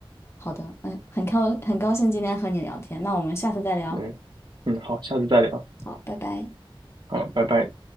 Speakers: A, on the left; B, on the right.
A: 好的，嗯，很高很高兴今天和你聊天，那我们下次再聊。
B: 嗯嗯，好，下次再聊，
A: 好，拜拜。
B: 好，拜拜。